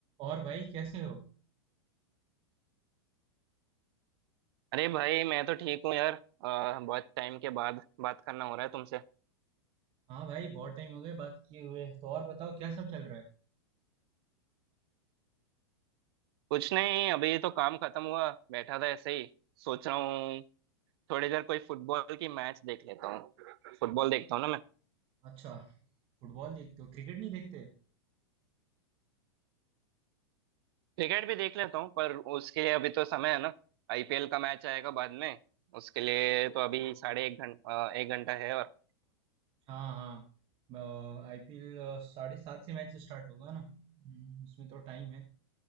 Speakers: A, on the right; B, on the right.
A: और भाई कैसे हो
B: अरे भाई मैं तो ठीक हूँ यार अ, बहुत टाइम के बाद बात करना हो रहा है तुमसे
A: हाँ भाई बहुत टाइम हो गए बात किए हुए तो और बताओ क्या सब चल रहा है
B: कुछ नहीं अभी तो काम खत्म हुआ बैठा था ऐसे ही सोच रहा हूँ थोड़ी देर कोई फुटबॉल की मैच देख लेता हूँ फुटबॉल देखता हूँ ना मैं
A: अच्छा फुटबॉल देखते हो क्रिकेट नहीं देखते
B: क्रिकेट भी देख लेता हूँ पर उसके लिए अभी तो समय है ना आईपीएल का मैच आएगा बाद में उसके लिए तो अभी साढ़े एक घंटा एक घंटा है और
A: हाँ हाँ आईपीएल साढ़े सात से मैच स्टार्ट होगा ना हम्म, उसमें तो टाइम है